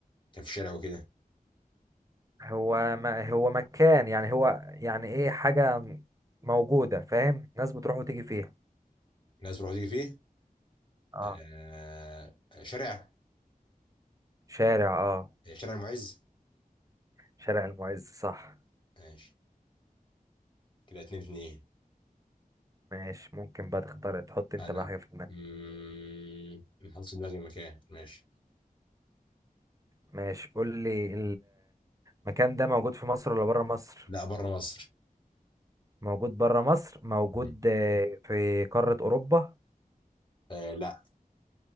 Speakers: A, on the left; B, on the right.
A: كان في شارع وكده
B: هو ما هو مكان يعني هو يعني ايه حاجة موجودة فاهم ناس بتروح وتيجي فيها
A: الناس بتروح تيجي فيه
B: اه
A: آه، آه، شارع
B: شارع اه
A: آه، شارع معز
B: شارع المعز صح
A: ماشي كده اتنين اتنين
B: ماشي ممكن بقى تختار تحط انت
A: انا
B: بقى حاجة في دماغك
A: مم... محطوط دماغي مكان ماشي
B: ماشي قول لي المكان ده موجود في مصر ولا بره مصر
A: لا بره مصر
B: موجود بره مصر موجود
A: مم.
B: آه، في قارة أوروبا
A: آه لا